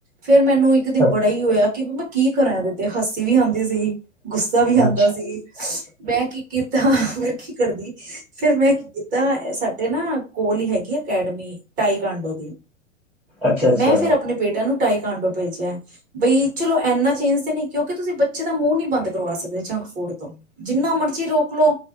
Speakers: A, on the right (about 20°); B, in the centre.
A: ਫੇਰ ਮੈਨੂੰ ਇੱਕ ਦਿਨ
B: ਹਾਂ
A: ਬੜਾ ਹੀ ਹੋਇਆ ਮੈਂ ਕੀ ਕਰਾਂ ਇਹਦੇ ਤੇ ਹੱਸੀ ਵੀ ਆਂਦੀ ਸੀ। ਗੁੱਸਾ ਵੀ ਆਉਂਦਾ
B: ਅੱਛਾ
A: ਸੀ ਮੈਂ ਕੀ ਕੀ ਤਾ ਫੇਰ ਕੀ ਕਰਦੀ ਫੇਰ ਮੈਂ ਕੀ ਕੀਤਾ ਸਾਡੇ ਨਾ ਕੋਲ ਹੀ ਹੈਗੀ ਅਕੈਡਮੀ ਟਾਈਕਾਂਡੋ ਦੀ।
B: ਅੱਛਾ ਅੱਛਾ
A: ਮੈਂ ਫੇਰ ਆਪਣੇ ਬੇਟਾ ਨੂੰ ਤਾਈਕਾਂਡੋ ਭੇਜਿਆ ਬਈ ਚਲੋ ਇੰਨਾ ਚੇਂਜ ਤੇ ਨਹੀਂ ਕਿਉਂਕਿ ਤੁਸੀਂ ਬੱਚੇ ਦਾ ਮੂੰਹ ਨੀ ਬੰਦ ਕਰਵਾ ਸਕਦੇ ਜੰਕ ਫੂਡ ਤੋਂ, ਜਿੰਨਾ ਮਰਜ਼ੀ ਰੋਕ ਲੋ